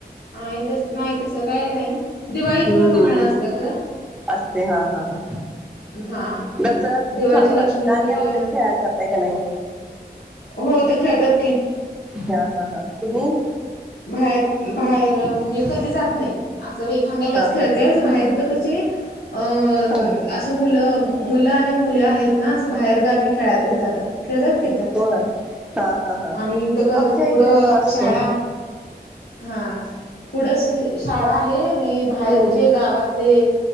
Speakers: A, on the left; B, in the centre.
A: आहे तस, नाही तसं काय नाही. दिवाळी
B: हम्म
A: खरं मोठ्यानं असते खरं
B: असतय हा हा हा.
A: हा
B: दसऱ्यात पण
A: दिवाळीचे
B: छान वाटते
A: लक्ष्मीपूजन
B: दांडि वगैरे खेळाला जातय का नाही?
A: हो हित खेळतात की.
B: हा हा हा तुम्ही?
A: बाहेर बाहेर मी कधी जात नाही. असं एखाद्या वेळेस
B: हा
A: खेळते
B: हा
A: बाहेर हित कसे अ
B: हा
A: असे मुलं मुलं आणि मुली आहेत ना बाहेरगावी खेळायला जातात खेळतात किथं
B: हो हा हा हा
A: आणि त
B: आमच्या
A: पुढं
B: इकडे पण असत
A: शाळा हा पुढ शाळा आहे आणि बाहेरचे
B: हम्म
A: गावातले